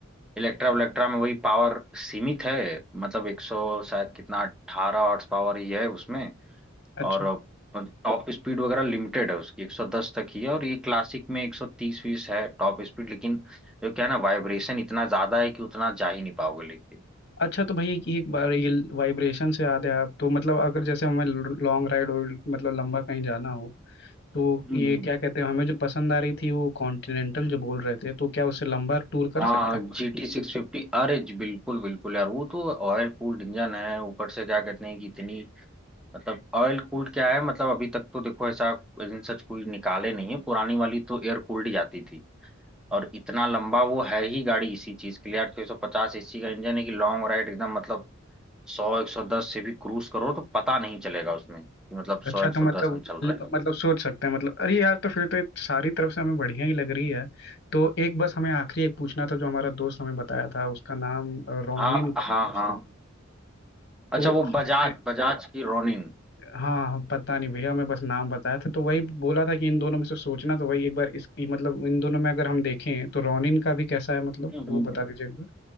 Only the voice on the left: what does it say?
अच्छा
अच्छा तो भाई ये एक बार ये वाइब्रेशन से याद है आप तो मतलब अगर जैसे हमें लॉन्ग राइड और मतलब लंबा कहीं जाना हो तो
ये क्या कहते हैं हमें जो पसंद आ रही थी वो कॉन्टिनेंटल जो बोल रहे थे तो क्या उससे लंबा टूर कर
सकते हैं
अच्छा
तो
मतलब
मतलब सोच सकते हैं मतलब अरे यार तो फिर तो ये सारी तरफ से हमें बढ़िया ही लग रही है तो एक बस हमें आखिरी एक पूछना था जो हमारा दोस्त हमें बताया था उसका नाम अ, रोनिन
करके
कुछ
था तो
हमें
हाँ हाँ, पता नहीं भैया मैं बस नाम बताया था तो वही बोला था कि इन दोनों में से सोचना तो वही एक बार इसकी मतलब इन दोनों में अगर हम देखें तो रोनिन का भी कैसा है मतलब
वो बता दीजिए एक बार